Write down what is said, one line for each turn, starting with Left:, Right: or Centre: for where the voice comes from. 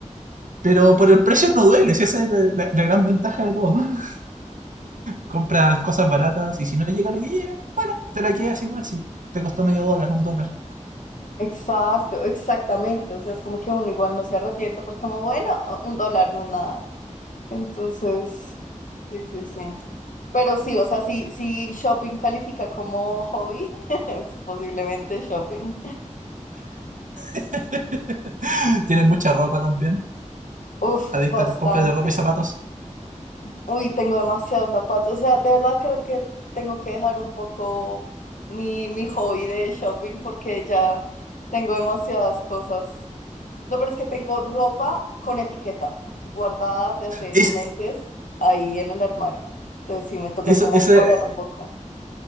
Right: Pero por el precio no duele, si esa es la, la- la gran ventaja de todo. <laughs> Compras cosas baratas y si no llega la que llega, bueno, te la quedas igual si te costó medio dólar, un dólar.
Left: exacto, exactamente. O sea, es como que uno igual no se arrepiente porque como, bueno, un dólar no es nada. Entonces, sí, sí, sí. Pero sí, o sea, si, si shopping califica como hobby, <laughs> es posiblemente shopping.
Right: <laughs> Tienen mucha ropa también.
Left: Uf,
Right: adicta
Left: bastante.
Right: a las compras de ropa y zapatos.
Left: Uy, tengo demasiados zapatos. O sea, de verdad creo que tengo que dejar un poco mi, mi hobby de shopping porque ya tengo demasiadas cosas. No, pero es que tengo ropa con etiqueta guardada de hace
Right: Es,
Left: meses ahí en el armario. Entonces sí, me toca
Right: eso,
Left: como
Right: esa
Left: parar un poco.